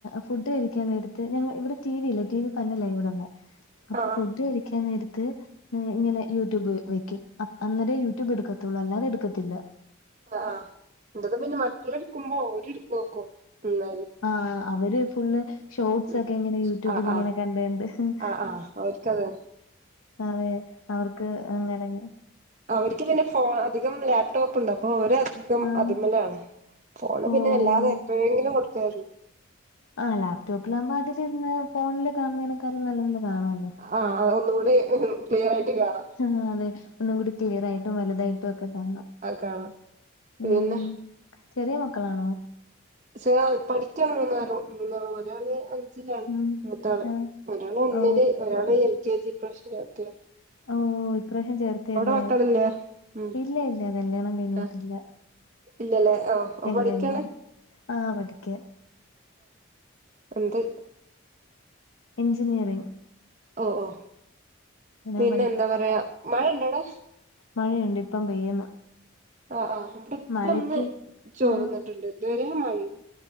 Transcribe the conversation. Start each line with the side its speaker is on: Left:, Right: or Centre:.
Left: ഫുഡ് കഴിക്കാൻ നേരത്ത് ഞങ്ങ ഇവിടെ ടി വി ഇല്ല ടി വി പന്നലാവടെള്ള അപ്പൊ
Right: ആഹ്
Left: ഫുഡ് കഴിക്കാൻ നേരത്ത് ഉം ഇങ്ങനെ യൂട്യൂബ് വെക്കും അന്നേ യൂട്യൂബ് എടുക്കത്തുള്ളൂ അല്ലാതെ എടുക്കത്തില്ല
Right: ആ എന്തക്കാ പിന്നെ മക്കൾ എടുക്കുമ്പോ അവര് നോക്കും ഉല്ല
Left: ആഹ് അവര് ഫുള് ഷോർട്സ്
Right: ഉം
Left: ഒക്കെ ഇങ്ങനെ യൂട്യൂബിൽ
Right: ആഹ്
Left: ഇങ്ങനെ
Right: ആഹ്
Left: കണ്ട് ണ്ട്
Right: ആഹ് ആഹ് ഓർക്കത്
Left: അതെ അവർക്ക് അങ്ങനെ
Right: അവർക്ക് പിന്നെ ഫോ അധികം ലാപ്ടോപ്പ് ഉണ്ട് അപ്പോ അധികം
Left: ആഹ്
Right: അതിമലാണ് പോണ്
Left: ഓഹ്
Right: പിന്നെ വല്ലാതെ എപ്പോഴെങ്കിലും കൊടുത്തര
Left: ആഹ് ലാപ്ടോപ്പിലാവകുമ്പോ അതിലിരുന്ന് ഫോണില് കാണുന്നതിനനക്കാ നല്ല പോലെ കാണല്ലോ
Right: ആഹ് അ ഒന്നുകൂടി ക്ലിയറ ആയിട്ട് കാണാം
Left: ആഹ് അതെ ഒന്നും കൂടി ക്ലിയർ ആയിട്ടും വലതായിട്ടും ഒക്കെ കാണാം
Right: ആഹ് കാണാം
Left: ഉം
Right: പിന്നെ
Left: ചെറിയ മക്കളാണോ
Right: ശ പഠിക്കൻ മൂന്നാറോ മൂന്നാളോ ഒരാള് അഞ്ചിലാണ്
Left: ഉം
Right: മൂത്താള്
Left: ആഹ്
Right: ഒരാൾ ഒന്നില്
Left: ഓ
Right: ഒരാൾ എൽ കെ ജി പ്രശ്നംത്തിയ
Left: ഓഹ് ഓഹ് ഇപ്രാവശ്യം ചേർത്തയല്ലേ
Right: മക്കളില്ലേ ഉം
Left: ഇല്ല ഇല്ല കല്യാണം കഴിഞ്ഞിട്ടില്ല
Right: ആഹ് ഇല്ലല്ലേ ആഹ്
Left: ഇല്ല
Right: പടിക്കാണ്
Left: ഇല്ല ആഹ് പഠക്ക്
Right: എന്ത്
Left: ഇഞ്ജിനിയറിങ്്
Right: ഓ ഓഹ്
Left: ഞാൻ
Right: പിന്നെ
Left: പഠി
Right: എന്താ പറയാ മഴ ഇണ്ടോടാ
Left: മഴയുണ്ട് ഇപ്പം പെയ്യുന്നു
Right: ആഹ് ആഹ് ഇവിടെ ഇപ്പൊ
Left: മഴക്ക്
Right: ഒന്ന് ചോർന്നിട്ടുണ്ട്
Left: ആഹ്
Right: ഇതുവരെ മായെന്ന്